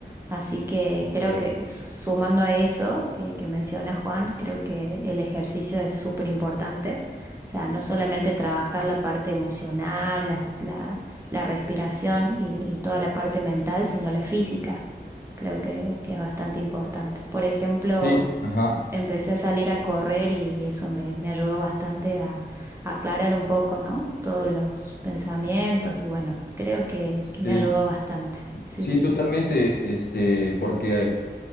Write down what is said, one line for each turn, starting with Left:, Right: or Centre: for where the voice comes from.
Right: así que
Left: Ok.
Right: creo que su- sumando a eso que, que menciona Juan, creo que el ejercicio es súper importante o sea, no solamente trabajar la parte emocional, la, la- la respiración y, y toda la parte mental, sino la física. Creo que, que es bastante importante. Por ejemplo,
Left: Sí, ajá.
Right: empecé a salir a correr y eso me, me ayudó bastante a, a aclarar un poco, ¿no? Todos los pensamientos y bueno, creo que, que me
Left: Sí,
Right: ayudó bastante. Sí,
Left: sí,
Right: sí.
Left: totalmente. Este, porque